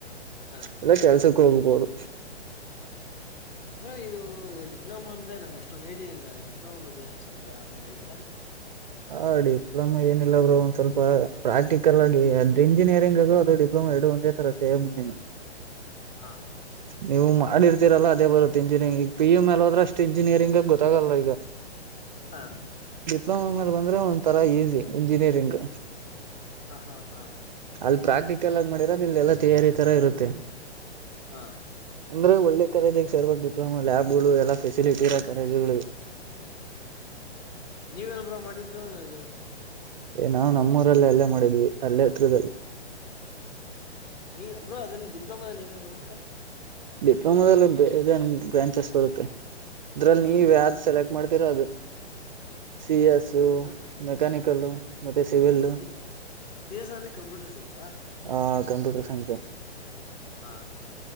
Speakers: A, on the left (about 40°); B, on the right (about 45°).
A: ಹಾ
B: ಎಲ್ಲ ಕೆಲಸಕ್ಕ ಹೋಗಬಹುದು
A: ಹಾ ಬ್ರೋ ಇದು ಡಿಪ್ಲೊಮಾ ಅಂದ್ರೆ ನಂಗ ಅಷ್ಟೊಂದ ಐಡಿಯ ಇಲ್ಲ ಡಿಪ್ಲೊಮಾ ಬಗ್ಗೆ ಏನಾರು ಸ್ವಲ್ಪ ಹೇಳ್ತೀರಾ
B: ಹ ಡಿಪ್ಲೊಮ ಏನಿಲ್ಲ ಬ್ರೋ ಒಂದ್ ಸ್ವಲ್ಪ ಪ್ರಾಕ್ಟಿಕಲ್ ಆಗಿ ಅಂದ್ರ ಇಂಜಿನಿಯರಿಂಗು ಅದು ಡಿಪ್ಲೊಮಾ ಹ್ಮ್ ಎರಡು ಒಂದೇ ತರ ಸೇಮ್ ಇನ್ನೆನ್ನು
A: ಹಾ
B: ನೀವು ಮಾಡಿರ್ತೀರಲ್ಲ ಅದೇ ಬರುತ್ತೆ ಇಂಜಿನಿಯರಿಂಗ್ ಈಗ ಪಿ ಯು ಮೇಲ್ಲ ಹೋದ್ರ ಅಷ್ಟ ಇಂಜಿನಿಯರಿಂಗ್ ಗೊತ್ತಾಗಲ್ಲ ಈಗ
A: ಹಾ
B: ಡಿಪ್ಲೋಮ ಬಂದ್ರೆ ಒಂದ ತರ ಈಸಿ ಇಂಜಿನಿಯರಿಂಗ್
A: ಹ ಹಾ ಹಾ
B: ಅಲ್ಲ ಪ್ರಾಕ್ಟಿಕಲ್ ಆಗಿ ಮಾಡಿರೋದು ಇಲ್ಲ ಎಲ್ಲ ತೆಯರಿ ತರ ಇರುತ್ತೆ
A: ಹ
B: ಅಂದ್ರೆ ಒಳ್ಳೆ ಕಾಲೇಜಿಗೆ ಸೇರಬೇಕ್ ಡಿಪ್ಲೋಮಾ ಲ್ಯಾಬ್ ಗಳು ಎಲ್ಲಾ ಫೆಸಿಲಿಟಿ ಇರ ಕಾಲೇಜುಗಳಿಗೆ
A: ಹ ಹಾ ಹಾ ನೀವೆಲ್ ಬ್ರೋ ಮಾಡಿದ್ದು ಇದು
B: ಏ ನಾವು ನಮ್ಮೂರಲ್ಲೆ ಅಲ್ಲೇ ಮಾಡಿದ್ವಿ ಅಲ್ಲೆ ಹತ್ರದಲ್ಲಿ
A: ಹ ನೀ ಬ್ರೋ ಅದ್ರಲ್ಲಿ ಡಿಪ್ಲೊಮಾದಲ್ಲಿ ಏನೇನ್ ಬರುತ್ತೆ
B: ಡಿಪ್ಲೊಮಾದಲ್ಲಿ ಬೇಜಾನ ಬ್ರಾಂಚಸ್ ಬರುತ್ತೆ ಅದ್ರಲ್ಲಿ ನೀವ
A: ಹ
B: ಯಾವ್ದ್
A: ಏನು
B: ಸೆಲೆಕ್ಟ್ ಮಾಡ್ತೀರಾ ಅದು ಸಿ ಎಸ್
A: ಅಲ್
B: ಮೆಕಾನಿಕಲ್ ಮತ್ತೆ ಸಿವಿಲ್
A: ಸಿ ಸಿ ಎಸ್ ಅಂದ್ರೆ ಕಂಪ್ಯೂಟರ್ ಸೈನ್ಸ್
B: ಹಾ ಕಂಪ್ಯೂಟರ್ ಸೈನ್ಸ್
A: ಹಾ